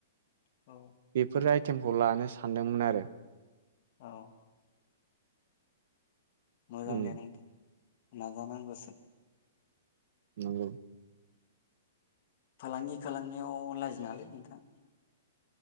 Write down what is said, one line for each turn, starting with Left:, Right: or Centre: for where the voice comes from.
Left: औ
Right: बेफोर टिमखौ लानो सानदोंमोन आरो।
Left: औ मोजां
Right: उम
Left: दे नोंथां। नाजानांगो सो
Right: नंगौ
Left: फालांगि खालामनायाव लाजि नाङालै नोंथां।